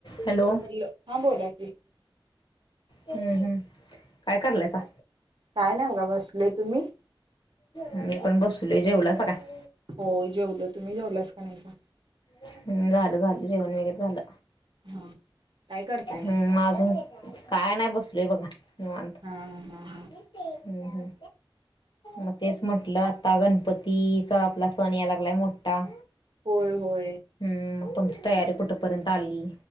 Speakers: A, on the left; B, on the right.
A: Hello!
B: Hello! हा बोला की.
A: हम्म हम्म, काय करालयसा?
B: काय नाही बघा बसलोय, तुम्ही?
A: मी पण बसलोय, जेवला सा काय?
B: हो जेवलो, तुम्ही जेवलास का नाही सां?
A: हम् झालं झालं जेवण वगैरे झालं.
B: हा. काय करताय
A: हम्म मग आजुन, काय नाही बसलयों बघा निवांत.
B: हा हा हा
A: हम् हम. मग तेच म्हटलं आता गणपतीचा आपला सण या लागलाय मोठा.
B: होय होय.
A: हम्म मग तुमची तयारी कुठेपर्यंत आली,